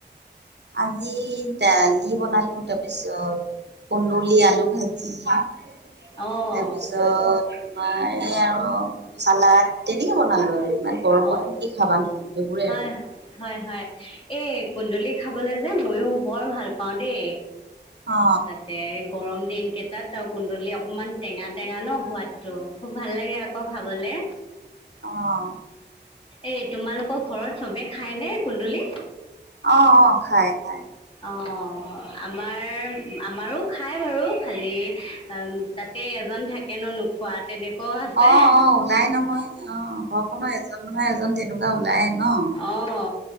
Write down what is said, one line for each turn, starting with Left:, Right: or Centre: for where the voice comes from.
Right: আজি দালি বনালো তাৰপিছত কল। পুৰি আলু ভাজি তাৰপিছত
Left: অঁ
Right: তোমাৰ এই আৰু চালাদ তেনেকে বনালো আৰু ইমান গৰমত
Left: অঁ
Right: কি খাবা নোহ এইবোৰে
Left: হয়
Right: আৰু
Left: হয় হয় এই কুন্দুলি খাবলৈ যে ময়ো বৰ ভাল পাওঁ দেই
Right: অ
Left: তাতে গৰম দিন কেইটাত আও কুন্দলি অ অকণমান টেঙা টেঙা ন সোৱাদটো খুব ভাল লাগে আকৌ খাবলে
Right: অঁ।
Left: এ তোমালোকৰ ঘৰত চবে খায়নে কুন্দুলি?
Right: অঁ অ‍ঁ খাই খাই।
Left: অঁ। আমাৰ আমাৰো খায় বাৰু খালী তাতে এজন থাকে ন নোখোৱা। তেনেকুৱাও আছে
Right: অঁ অঁ ওলাই নহয় অঁ ঘৰখনৰ এজন নহয় এজন তেনেকুৱা। ওলাই নঁ!
Left: অঁ